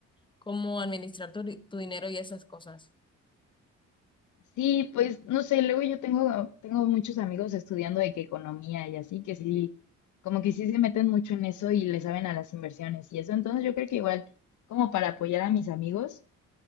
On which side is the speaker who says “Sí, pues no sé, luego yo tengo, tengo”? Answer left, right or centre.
Left